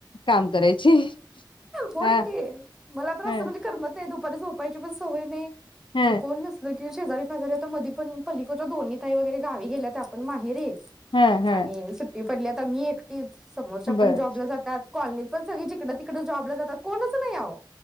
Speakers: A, on the left (about 85°); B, in the centre.
A: काम करायची
B: होय
A: हा
B: की मला तर
A: ह
B: असं म्हणजे करमत नाही दु कधी झोपायची पण सवय नाही.
A: ह
B: म कोण नसलं की शेजारी वर आता मधी पण पलिकोडच्या दोन्ही ताई वगैरे गावी गेल्या त्या पण माहेरी
A: ह ह
B: आणि सुट्टी पडल्यात पण मी एकटीच समोरच्या
A: बर
B: पण जॉबला जातात कॉलनीत पण सगळी जिकड तिकड जॉबला जातात कोणच नाय आहो.